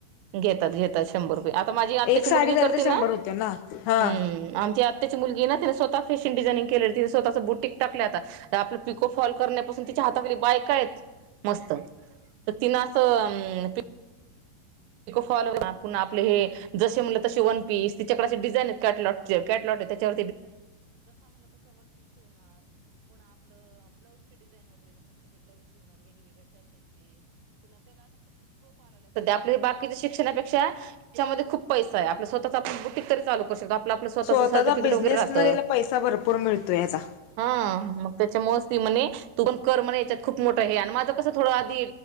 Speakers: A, on the right; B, on the left.
A: घेतात घेतात शंभर रुपये आता माझी आत्त्याची
B: एक साडी
A: मुलगी
B: झाली
A: करते
B: तर शंभर
A: ना
B: होते ना हा
A: हम्म आमची आत्त्याची मुलगी ना तिने स्वतः फॅशन डिझानिंग केले तिने स्वतःच बुटीक टाक आता आपला पिको फॉल करण्यापून तिच्या हातातली बायक आहेत मस्त तर तिनं असं फॉलो आपण आपले हे जसे म्हटलं तसे वन पीस तिच्याकडे असे डिझाईन आहेत कॅटलॉगचे कॅटलॉग त्या आप् <inaudible> शिक्ष नापेक्षा <unintelligible> खुप पैसा हाय आपव बुटीक तर चालू करू शकत आप आपलं स्वतःच
B: स्वतःचा
A: सर्टिफिकेट
B: बिझनेस
A: वगैरे राहत
B: मध्ये पैसा भरपूर मिळतो याचा.
A: हा मग त्याच्या मस्ती म्हणे तू पण कर म्हणे याच्यात खूप मोठं आहे आणि माझं कसं थोडं आध